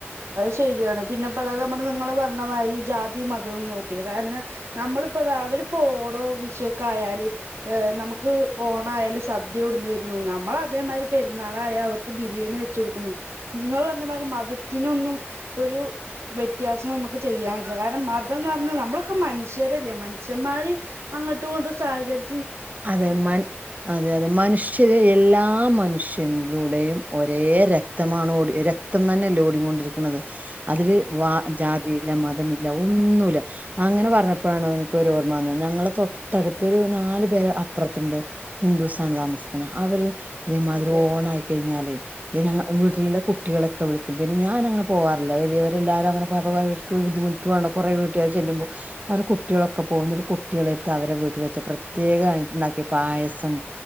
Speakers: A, on the right; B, on the right.
A: അത് ശരിയാണ് പിന്നെ പലതും നമ്മള് നിങ്ങള് പറഞ്ഞമാതിരി ജാതിമതൊന്നും നോക്കില്ല കാരണം നമ്മളിപ്പോത അവരിപ്പോ ഓണോ വിഷു ഒക്കെ ആയാല് ഏ നമുക്ക് ഓണ ആയാല് സദ്യ കൊട്ന്നെര്ന്നു നമ്മൾ അതേമാതിരി പെരുന്നാളായൽ അവർക്ക് ബിരിയാണി വെച്ച് കൊടുക്കുന്നു നിങ്ങൾ പറഞ്ഞമാരി മതത്തിനൊന്നും ഒരു വ്യത്യാസം നമുക്ക് ചെയ്യാൻ പറ്റില്ല കാരണം മതംന്ന് പറഞ്ഞ നമ്മളൊക്കെ മനുഷ്യരല്ലേ മനുഷ്യന്മാര് അങ്ങോട്ടും ഇങ്ങോട്ടും സഹകരി
B: അതെ മൻ അതെ അതെ മനുഷ്യ ശര് എല്ലാ മനുഷ്യൻൂടെയും ഒരേ രക്തമാണ് ഓടി രക്തം തന്നെയല്ലേ ഓടിക്കൊണ്ടിരിക്ക്ണത് അതിൽ വ ജാതിയില്ല മതമില്ല ഒന്നല അങ്ങനെ പറഞ്ഞപ്പോഴാണ് ഇൻക്കൊരു ഓർമ്മാന്നത് ഞങ്ങളെ തൊട്ടടുത്തൊരു നാല് പെര അപ്പുറത്തുണ്ട് ഹിന്ദൂസാണ് താമസിക്കണത് അവര് ഇതേമാതിരി
A: അതെ
B: ഓണ ആയി കഴിഞ്ഞാല് ഞങ്ങളെ വീട്ടിലുള്ള കു കുട്ടികളൊക്കെ വിളിക്കും പിന്നെ ഞാനങ്ങനെ പോവാറില്ല വലിയവരെല്ലാരും അങ്ങനെ പോയാപ്പോ അവര്ക്ക് ബുദ്ധിമുട്ടു ആണ് കൊറേ വീട്ടുകാര് ചെല്ലുമ്പോ അവർ കുട്ടിട്ട്യോളൊക്കെ പോകും ന്നിട്ട് കുട്ട്യാളര്ത്ത് അവരെ വീട്ടില് വെച്ച പ്രത്യേകായിട്ട് ഉണ്ടാക്കിയ പായസം